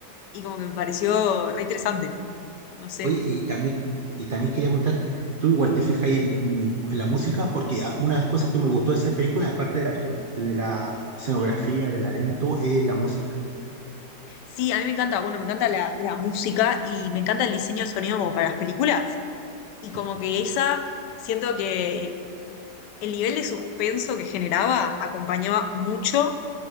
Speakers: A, on the left; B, on the right.
A: y como que me pareció re interesante, no sé.
B: Oye, y también, y también quería preguntarte, ¿tú igual te fijas en, en- la música? Porque a- una de las cosas que me gustó de esa película, aparte de la, ge- de la escenografía, de la arena, todo, es la música.
A: Sí, a mí me encanta, bueno, me encanta la, la música y me encanta el diseño de sonido como para las películas y
B: Sí.
A: como que esa, siento que el nivel de suspenso que generaba acompañaba mucho